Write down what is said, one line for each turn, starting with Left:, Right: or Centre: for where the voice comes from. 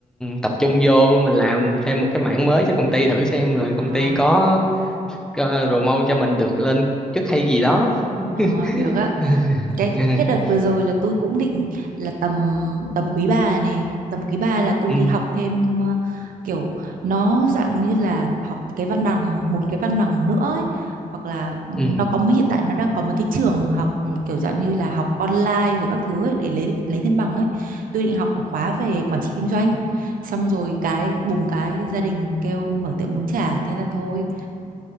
Centre: tập trung vô mình làm thêm một cái mảng mới cho công ty thử xem rồi công
Right: À,
Centre: ty có uh, promote cho mình được lên chức hay gì đó
Right: à, được á.
Centre: <laughs>
Right: cái cái đợt vừa rồi là tôi cũng định là tầm tầm quý ba này tầm quý ba là tôi
Centre: ừ,
Right: đi học thêm ờ, kiểu nó dạng như là học cái văn bằng một cái văn bằng nữa ấy. hoặc là ừ, nó
Centre: ừ.
Right: có mấy hiện tại nó đang có mấy cái trường học ừ, kiểu dạng như là học online rồi các thứ ấy, để lấy lấy thêm bằng ấy tôi định học một khóa về quản trị kinh doanh xong rồi cái bùm cái gia đình kêu mở tiệm bún chả thế là thôi